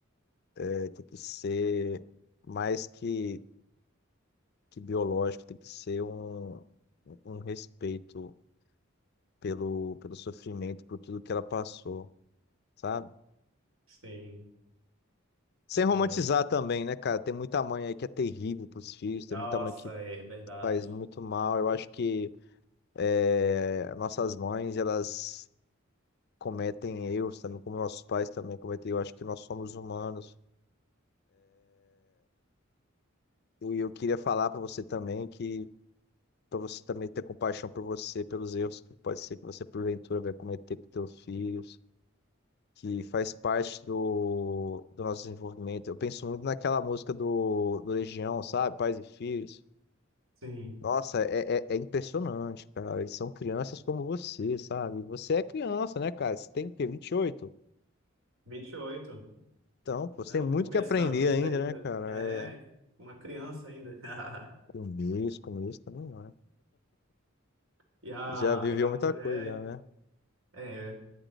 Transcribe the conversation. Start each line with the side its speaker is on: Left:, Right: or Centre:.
Left: é, tem que ser mais que, que biológico, tem que ser um, um respeito pelo, pelo sofrimento, por tudo que ela passou, sabe?
Right: Sim,
Left: Sem romantizar
Right: é.
Left: também, né, cara? Tem muita mãe aí que é terrível pros filhos, tem
Right: Nossa,
Left: muita mãe que
Right: é verdade.
Left: faz muito mal. Eu acho que é, nossas mães, elas. cometem erros também, como nossos pais também cometem. Eu acho que nós somos humanos. E eu queria falar para você também que para você também ter compaixão por você, pelos erros que pode ser que você porventura vai cometer com teus filhos, que faz parte do, do nosso desenvolvimento. Eu penso muito naquela música do, do Legião, sabe? Pais e Filhos.
Right: Sim.
Left: Nossa, é, é, é impressionante, cara. Eles são crianças como você, sabe? Você é criança, né, cara? Você tem o quê? 28?
Right: vinte e oito,
Left: Então, pô,
Right: né?
Left: você tem
Right: O
Left: muito
Right: começo
Left: que aprender
Right: da vida
Left: ainda,
Right: ainda.
Left: né, cara?
Right: É,
Left: É,
Right: uma criança ainda. <laughs>
Left: Começo, começo também, né?
Right: E a,
Left: Já viveu
Right: e a
Left: muita
Right: mulher.
Left: coisa, já, né?
Right: É,